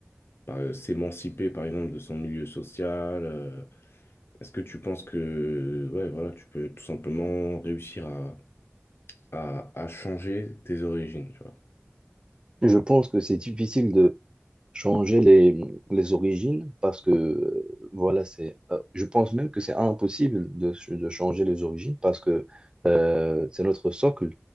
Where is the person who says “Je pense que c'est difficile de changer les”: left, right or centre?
Right